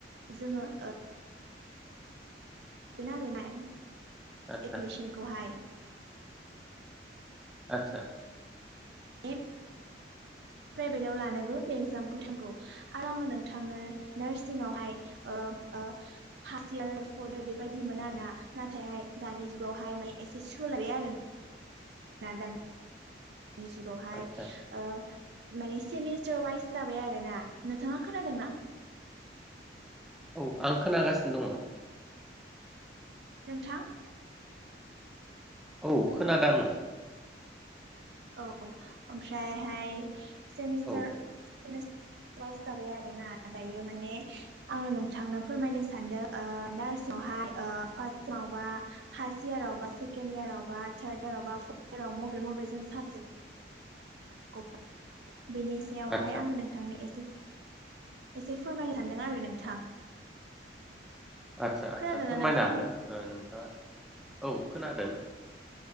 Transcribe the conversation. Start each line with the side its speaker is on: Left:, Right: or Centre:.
Right: जोङो ओ बेनो आरोनाय
Centre: आदसा
Right: एडमिसनखौहाय
Centre: आतसा।
Right: <unintelligible> प्राइभेटाव लानोबो बे एगजामखौ नांगौ आरो आङो नोंथांनो नार्सिङावहाय ओम ओ फार्स्ट इयार, फर्थ इयार बेबायदि मोन आर ना। नाथायहाय दानि जुगावहाय मान एसे सोलायबाय आरो ना। ना दानि नि जुगावहाय
Centre: आदसा
Right: ओ मानि सेमिस्टार वाइस जाबाय आरो ना नोंथाङा खोनादों ना?
Centre: औ आं खोनागासिनो दङ।
Right: नोंथां?
Centre: औ खोनादो आं।
Right: औ ओमफ्रायहाय सेमिस्टार
Centre: औ
Right: सेमेस्टार वाइस जाबाय आरो ना। दायो माने आङो नोंथांनो फोरमायनो सानदों ओ नार्सिङावहाय ओ फार्स्टबा फार्स्ट इयारावबा सेकेण्ड इयारावबा थार्ड इयारावबा फर्ट इयाराव मबे मबे जों <unintelligible> <unintelligible> बिनि सायावहाय
Centre: आदसा
Right: आङो नोंथांनो एसे एसे फोरमायनो सानदों आरो नोंथां।
Centre: आतसा आतसा
Right: खोनादोंना
Centre: फोरमायनो
Right: नोंथां
Centre: हागोन ओ नोंथाङा, औ खोनादों।